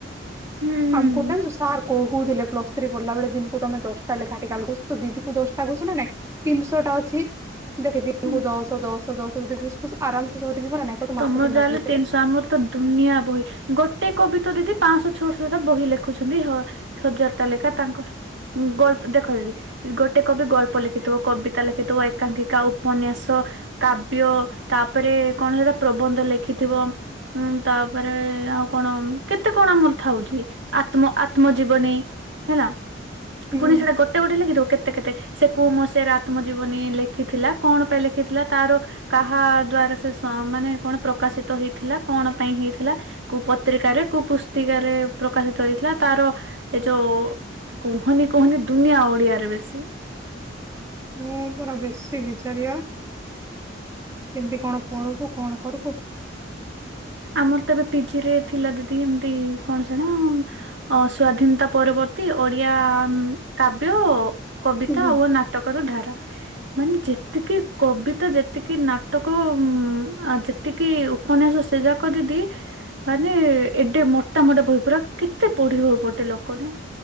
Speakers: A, on the right; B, on the right.
A: ହୁଁ
B: ଆମକୁ କିନ୍ତୁ ସାର୍ କହୁ କହୁଥିଲେ ପ୍ଲସ ଥ୍ରୀ ପଢିଲା ବଳେ ଦିନକୁୁ ତମେ ଦଶଟା ଲେଖାଏ ଆର୍ଟିକାଲ ଘୁସୁଛ ଦିନକୁ ଦଶଟା ଘୁଶୁ ନା ନାଇଁ। ତିନିଶ ଟା ଅଛି ଦେଖେ ଦିନକୁ
A: ହୁଁ
B: ଦଶ ଦଶ ଦଶ ଯଦି ଘୁସ ଫୁସ ଆରାମସେ ସରିଯିବ ନା ନାଇଁ। କତ ମାସେ
A: ତମର
B: ଦି
A: ଯାହା
B: ମାସ
A: ହେଲେ
B: ଭିତରେ।
A: ତିନିଶ ଆମର ତ ଦୁନିଆ ବହି ଗୋଟେ କବିତା ଦିଦି ପାଂଶ ଛଅଶ ଟା ବହି ଲେଖୁଛନ୍ତି ହଁ। ସଜରଟା ଲେଖା ତାଙ୍କର ଗଳ୍ପ ଦେଖ ଦିଦି ଗୋଟେ କବି ଗଳ୍ପ ଲେଖିଥିବ କବିତା ଲେଖିଥିବ ଏକାଙ୍କିକା ଉପନ୍ୟାସ କାବ୍ୟ ତାପରେ କଣ ହେରା ପ୍ରବନ୍ଧ ଲେଖିଥିବ ଉଁ ତାପରେ ଆଉ କଣ କେତେ କଣ ଆମର ଥାଉଛି। ଆତ୍ମ ଆତ୍ମ ଜୀବନୀ ହେଲା
B: ହୁଁ
A: ପୁଣି ସେଇଟା ଗୋ ଗୋଟେ ଗୋଟେ ଲେଖିଦବ କେତେ କେତେ ସେ କୁ ମସିଆରେ ଆତ୍ମଜୀବନୀ ଲେଖିଥିଲା କଣ ପାଇଁ ଲେଖିଥିଲା ତାର କାହା ଦ୍ଵାରା ସେ ସ ମାନେ କଣ ପ୍ରକାଶିତ ହେଇଥିଲା କଣ ପାଇଁ ହେଇଥିଲା? କୁ ପତ୍ରିକାରେ କୋଉ ପୁସ୍ତିକା ରେ ପ୍ରକାଶିତ ହେଇଥିଲା ତାର ଏ ଯୋ କୁହନି କୁହନି ଦୁନିଆ ଓଡିଆରେ ବେଶୀ
B: ମୁଁ ପୁରା ବେଶୀ ବିଚାରିଆ କେମିତି କଣ ପଢିବୁ କଣ କରିବୁ?
A: ଆମର ତ ଏବେ ପିଜି ରେ ଥିଲା ଦିଦି ଏମତି କଣ ସେଣା ଅ ସ୍ଵାଧୀନତା ପରବର୍ତ୍ତୀ ଓଡିଆ କାବ୍ୟ କବିତା
B: ହୁଁ ହୁଁ।
A: ଓ ନା ଟକର ଧାରା ମାନେ ଯେତିକି କବିତା ଯେତିକି ନାଟକ ଉ ଆ ଯେ ଏତିକି ଉପନ୍ୟାସ ସେ ଯାକ ଦିଦି ମାନେ ଏଡେ ମୋଟା ମୋଟା ବହି ପୁର କେତେ ପଢିବ ଗୋଟେ ଲୋକଟେ?